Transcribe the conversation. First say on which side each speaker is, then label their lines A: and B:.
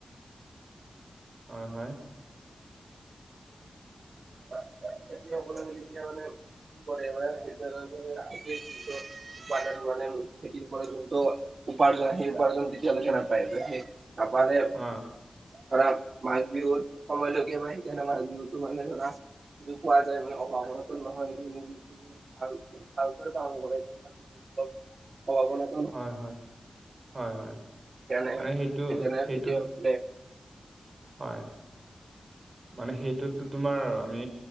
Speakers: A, on the right; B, on the right.
A: হয় হয়। <unintelligible>
B: খেতিয়সকলে <inaudible> উপাৰ্জন মানে খেতিৰ পৰা যোনটো উপাৰ্জন সেই উপাৰ্জন যেতিয়ালৈকে নাপায় সেই নাপাতে
A: অ
B: ধৰা মাঘ বিহুত। সময়লৈকে মই সেইকাৰণে মঘ বিহুটো মানে ধৰা যদিটো পোৱা যায় মানে অভাৱ অনাটন নহয় সেই বিহুটো। ভালকে পালন কৰে কিন্তু অভাব আনাতন।
A: হয় হয় হয় হয়
B: সেইকাৰণে
A: মানে সেইটো
B: সেইকাৰণে
A: সেইটোত
B: খেতিয়কসকলে
A: হয়। মানে সেইটোতো তোমাৰ আমি